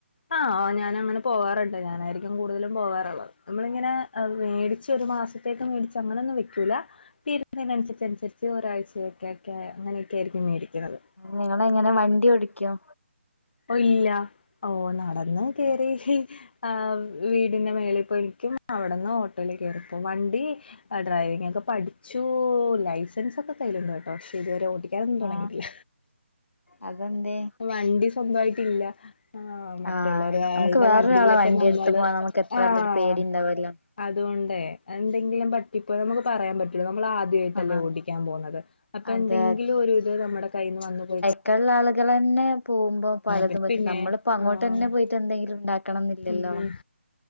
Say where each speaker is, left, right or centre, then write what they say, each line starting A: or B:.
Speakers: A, on the left; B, on the left.
A: ആഹ ഞാന അങ്ങനെ പോവാറുണ്ട് ഞാനായിരിക്കും കൂടുതലും പോവാാറുള്ളത് നമ്മളിങ്ങനെ മേടിച്ച ഒരു മാസം യേക്ക മേടിച്ച് അങ്ങനൊന്നും വെക്കൂല്ല തീരുന്നതിനനുസരി അനുസരിച്ച് ഒരാഴ്ചയൊക്കെ ഒക്കെ അങ്ങനെയൊക്കെ ആയിരിക്കും മേടിക്കുന്നത്.
B: നിങ്ങള് എങ്ങനെ വണ്ടി ഓടിക്കും.
A: ഇപ്പോ ഇല്ല ഓ നടന്ന് കേറി ആഹ് വീടിന്റെ മേലെ ഇപ്പോ <unintelligible> അവിടെന്ന് ഓട്ടോൽ കേറിപ്പോകും വണ്ടി ഡ്രൈവിംഗ് ഒക്കെ പഠിച്ചു ലൈസൻസ് ഒക്കെ കയ്യിലുണ്ട് കേട്ടോ പക്ഷേ ഇതുവരെ ഓടി ക്കാനൊന്നും തൊടങ്ങിട്ടില്ല
B: ആ അതെന്തേ
A: വണ്ടി സ്വന്തായിട്ടില്ല. ആ മറ്റുള്ള
B: ആ
A: ഒരാളുടെ
B: നമുക്ക് വേറൊരാളെ
A: വണ്ടിയിലൊക്കെ
B: വണ്ടി
A: നമ്മള്
B: എടുത്ത് പോവാൻ നമുക്ക് എത്രായാലും
A: ആഹ
B: ഒരു പേടി ഉണ്ടാവല്ലോ
A: അതുകൊണ്ടേ എന്തെങ്കിലും പറ്റിപ്പോയ നമുക്ക് പറയാൻ പറ്റുള്ളൂ നമ്മള് ആ ദ്യായിട്ടല്ലേ
B: ആ
A: ഓടിക്കാൻ പോവുന്നത് അപ്പോ
B: അതെ
A: എന്തെങ്കിലോര്ത് നമ്മടെ കൈയിന്ന് വന്ന് പോയി ക
B: ക്കള്ള ആളുകള് തന്നെ പോകുമ്പോ പലതും
A: പിന്നെ
B: പറ്റും
A: പിന്നെ
B: നമ്മളിപ്പോ അങ്ങോട്ട്
A: ആ
B: തന്നെ പോയി റ്റ് എന്തെങ്കിലും ഉണ്ടാക്കണം ന്നില്ലല്ലോ.
A: ഉം